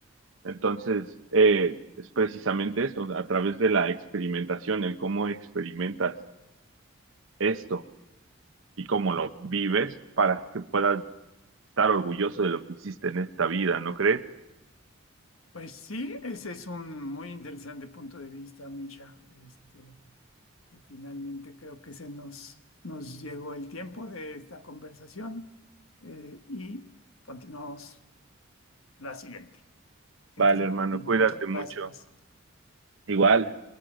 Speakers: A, on the right; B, on the left.
A: Entonces, eh, es precisamente esto, a través de la experimentación, el cómo experimentas esto y cómo lo vives para que puedas estar orgulloso de lo que hiciste en esta vida, ¿no crees?
B: Pues sí, ese es un muy interesante punto de vista, Misha. Este, Eh, Finalmente creo que se nos, nos llegó el tiempo de esta conversación eh, y continuamos la siguiente. Que
A: Vale,
B: estés muy
A: hermano,
B: bien.
A: cuídate
B: Muchas
A: mucho.
B: gracias.
A: Igual.